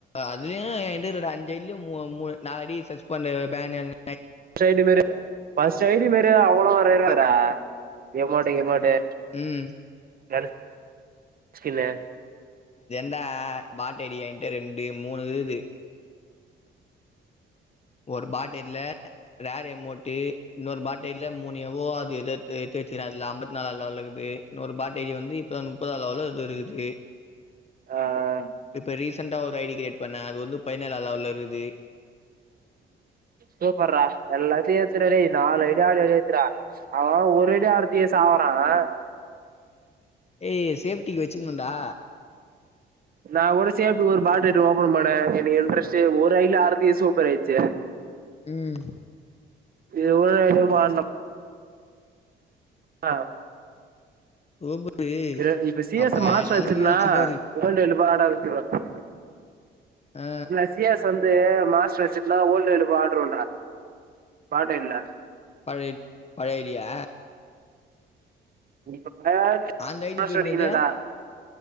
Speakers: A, on the left; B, on the right.
A: அதுலுயு என்ட இருக்குற அஞ்சுஐடில மூ மூ ப நாளடி சஸ்பெண்டு பேனு அந்
B: சைடு மேரு ப சைடு மேரு அவ்ளோ வரையராரா யமோட்டு கீமோட்டே
A: ம்
B: யாரு ஸ்கின்னு
A: இந்த பாட் ஐடி என்ட ரெண்டு மூணு இருகுது ஒரு பாட் ஐடில ரேர் யமோட்டு இன்னொரு பாட் ஐடில மூணு யவோ அது எதுத்து து ச் சேரி அதுல ஐம்பத் நாலா லெவல்லருக்குது இன்னொரு பாட் ஐடி வந்து இப்பதா முப்பதாவது அவாலது இருக்குது
B: ஆ ஆ
A: இப்ப ரீசண்டா ஒரு ஐடி கிரியேட் பண்ணே அது வந்து பதினெழா லெவல்லா இருகுது
B: சூப்பர்ரா எல்லாத்தியு ஏத் திரதே நாலு ஐடியாக்கா ஏத்துற அவ அவ ஒரு ஐடி ஆவரத்தே சாவ்றாங்க
A: ஏய் சேப்டிக்கு வச்சுகனுடா
B: நா கூட சேப்புக்கு ஒரு பாட் ரேட்டு ஓபன் பண்ணே எனக்கு இன்ட்ரெஸ்ட்டு ஒரு ஐடில ஆரதுக்கே சூப்பர் ஆயிச்சு
A: ஹும்
B: எவ்ளோ ஐடி வாரணம் அ
A: சூப்பரு
B: இ இப்ப சிஎஸ்
A: அப்ப
B: மாஸ்டர்
A: என் நெலமைய
B: வச்சுருந்தா
A: யோசிச்சு பாரு
B: ஓல்டு எழுப் வெளாட ஆரம்பிச்சா
A: ஆ
B: நஸ்சியாஸ் வந்து மாஸ்டர் வச்சிட்டுலா ஓல்டு இதுல இப்போ ஆடுறோடா பாடே இல்ல
A: பவேன்டு பழைய ஐடியா
B: இப்ப பேண்ட்டு
A: அந்த ஐடி
B: ஆ
A: பேர்
B: செரிங்கலாடா
A: என்னது